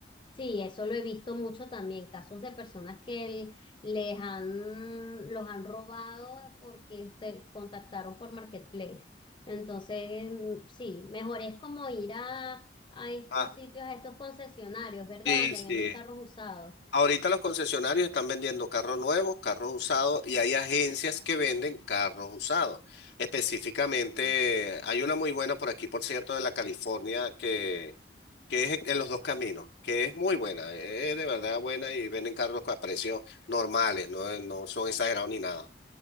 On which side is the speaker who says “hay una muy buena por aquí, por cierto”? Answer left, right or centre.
Left